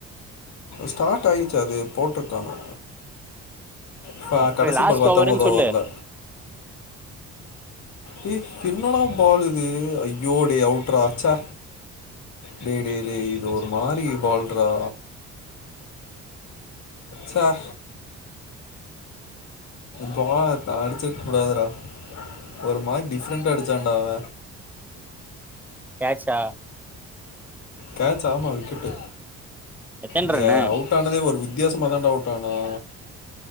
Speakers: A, on the left; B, in the centre.
A: ஸ்டார்ட் ஆயிர்ச்சு அது போட்டுர்க்காங்க ஃபா
B: அப்ப
A: கடசி
B: லாஸ்ட்
A: பால் பத்தொம்போதோவர்ல
B: ஓவருன்னு சொல்லு
A: ஏ என்னடா பாலிது ஐயோ டே அவுட்ரா ச்ச டே டே டே இது ஒரு மாரி பால்ரா ச்ச பால த அடிச்சிருக்கூடாதுடா ஒரு மார் டிஃப்ரெண்டா அடிச்சான்டா அவ
B: கேச்சா
A: கேட்ச் ஆமா விக்கட்டு
B: எத்தன
A: இங்க
B: ரன்னு
A: அவுட் ஆனதே ஒரு வித் வித்தியசமதா டாவுட்டான <inaudible>